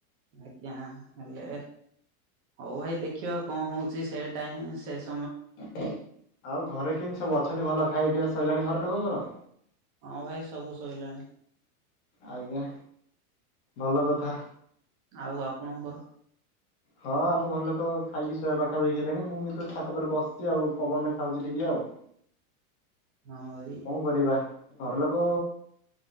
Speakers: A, on the right; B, on the left.
A: ଆଜ୍ଞା। ହେଲେ ହଉ ଭାଇ ଦେଖିବା କଣ ହଉଁଛି ସେ ଟାଇମ ସେ ସ
B: ଆଉ ଘରେ କେମିତି ସବୁ ଅଛନ୍ତି, ଭଲ ଖାଇ ପିଇବା ସରିଲାଣି ଘରେ ଲୋକଙ୍କର?
A: ହଁ ଭାଇ, ସବୁ ଶୋଇଲେଣି।
B: ଆଜ୍ଞା, ଭଲ କଥା
A: ଆଉ, ଆପଣଙ୍କର?
B: ହଁ ଆମ ଘର ଲୋକ ଖାଇକି ଶୋଇବା ପାଖାପଖି ହେଲେଣି, ମୁଁ କିନ୍ତୁ ଛାତ ପରେ ବସିଛି ଆଉ ପବନ ଖାଉଛି ଟିକେ ଆଉ <inaudible>
A: ହଁ ଭାଇ
B: କଣ କରିବା, ଘର ଲୋକ